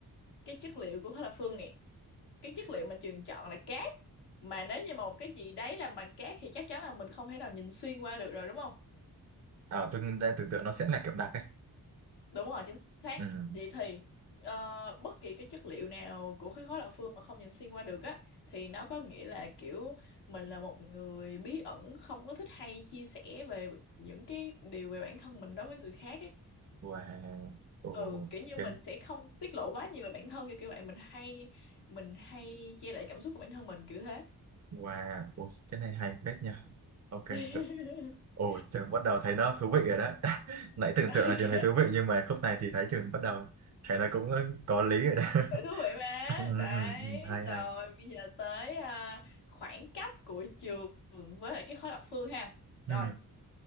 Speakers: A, on the left (about 85°); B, on the right (about 40°).
A: cái chất liệu của khối lập phương nè. Cái chất liệu mà Trường chọn là cát. Mà nếu như mà một cái gì đấy làm bằng cát thì chắc chắn là mình không thể nào nhìn xuyên qua được rồi đúng không?
B: à, tôi đang tưởng tượng nó sẽ là kiểu đặc ấy
A: đúng rồi chính xác
B: Ừ.
A: vậy thì ờ, bất kỳ cái chất liệu nào của cái khối lập phương mà không nhìn xuyên qua được á thì nó có nghĩa là kiểu mình là một người bí ẩn không có thích hay chia sẻ về những cái điều về bản thân mình đối với người khác ấy
B: Và ồ
A: ừ kiểu như
B: cái
A: mình sẽ không tiết lộ quá nhiều về bản thân kiểu kiểu vậy mình hay mình hay che đậy cảm xúc của bản thân mình kiểu thế
B: và ồ, cái này hay phết nha. Ok,
A: <laughs>
B: cực. Ồ, trường bắt đầu thấy nó thú vị rồi đó. <laughs> Nãy tưởng
A: ok
B: tượng là trường thấy thú vị nhưng mà khúc này thì thấy trường bắt đầu thấy là cũng có lý rồi đó. <laughs>
A: Vậy thú vị mà.
B: ừ, ừ,
A: Đấy,
B: ừ, ừ, hay hay.
A: rồi bây giờ tới à, khoảng cách của trường với lại cái khối lập phương ha. Rồi,
B: Ừ,